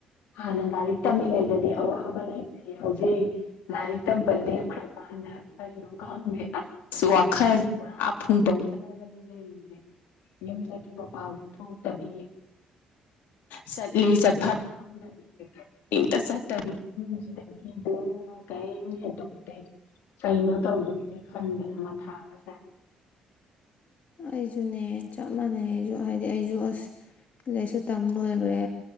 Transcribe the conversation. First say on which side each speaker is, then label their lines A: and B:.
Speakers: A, on the left; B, on the left.
A: ꯍꯥꯟꯅ ꯂꯥꯏꯔꯤꯛ ꯇꯝꯃꯤꯉꯩꯗꯗꯤ ꯑꯋꯥꯕ ꯂꯩꯇꯦ ꯍꯧꯖꯤꯛ ꯂꯥꯏꯔꯤꯛ ꯇꯝꯕ ꯂꯦꯈ꯭ꯔꯀꯥꯟꯗ ꯀꯩꯅꯣ ꯈꯪꯗꯦ ꯑꯁ ꯋꯥꯈꯜꯁꯦ ꯄꯨꯔꯥ ꯐꯨꯕꯪꯅꯔꯒꯅꯤ ꯂꯩꯔꯤꯁꯦ ꯌꯨꯝꯗꯒꯤ ꯄꯥꯎꯁꯨ ꯊꯣꯛꯇꯕꯤ ꯆꯠꯂꯤ ꯆꯠꯐꯝ ꯈꯪꯗꯕꯤꯝꯇ ꯆꯠꯇꯕꯤꯁꯤꯗꯒꯤ ꯀꯔꯤꯝ ꯍꯦꯟꯗꯣꯛꯇꯦ ꯀꯩꯅꯣ ꯇꯧꯗꯣꯏꯒꯦ ꯈꯟꯗꯅ ꯑꯃ ꯊꯥꯕꯁꯥꯏ
B: ꯑꯩꯁꯨꯅꯦ ꯆꯞ ꯃꯥꯟꯅꯩ ꯑꯩꯁꯨ ꯍꯥꯏꯗꯤ ꯑꯩꯁꯨ ꯑꯁ ꯂꯥꯏꯔꯤꯛꯁꯨ ꯇꯝ ꯂꯣꯏꯈ꯭ꯔꯦ